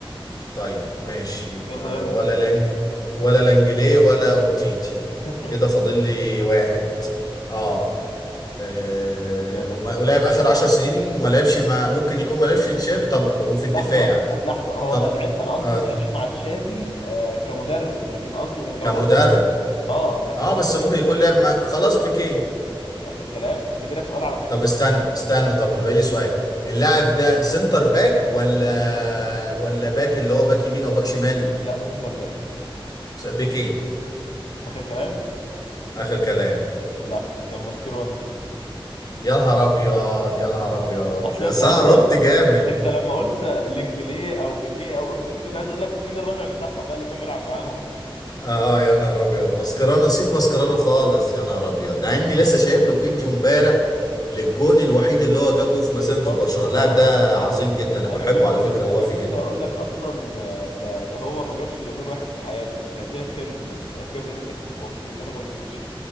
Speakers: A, on the left; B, on the left.
A: طيب ماشي يبقى
B: كده طيرت اتنين
A: ولا لانج ولا لانجلي ولا امتيتي
B: <laughs>
A: كده فاضل لي واحد اه, آه.
B: يلا
A: وما...
B: فكر
A: ولعب اخر عشر سنين وما لعبش مع ممكن يكون ما لعبش تشافي طب وفي الدفاع
B: لحظة لحظة هو
A: طب
B: ما لعب أنا قصدي
A: آه.
B: ما لعبش مع تشافي آه كمدرب لكن قصدي لو
A: كمدرب
B: قصدك آه لكن
A: اه
B: هو
A: بس
B: ممكن
A: ممكن
B: يكون
A: يكون لعب مع خلاص بيكيه
B: آخر كلام أنت بيلك سؤال على فكرة
A: طب استنى استنى طب بقى لي سؤال اللاعب ده سنتر باك ولا ولا باك اللي هو باك يمين او باك شمال
B: لا سنتر باك
A: س- بيكيه
B: آخر كلام
A: اخر كلام
B: لا كان ماسكيرونو
A: يا نهار ابيض يا نهار ابيض
B: أصل
A: يا
B: أنت
A: سنة
B: أصلا
A: قربت جامد
B: انت لما قلت لينجلي او بيكيه او ام دي دي، كنت عايز اقول لك مين الرابع بتاعهم بقى اللي كان بيلعب معاهم
A: اه يا نهار ابيض ماسكرانو نسيت ماسكرانو خالص يا نهار ابيض ده اني لسه شايف له فيديو امبارح للجون الوحيد اللي هو جابه
B: <laughs>
A: في
B: بالظبط
A: مسيرته في برشلونة اللاعب
B: انا
A: ده عظيم جدا انا
B: انا
A: بحبه
B: كنت
A: على
B: لسه
A: فكرة ووافي
B: انا كنت
A: جدا
B: هقول لك اصلا آه، ده ده هو ما جابش الا جون واحد في حياته كنت هديلك هنت بس
A: آه.
B: <laughs> كويس ان انت كنت ما قلت ان انا ما قلتوش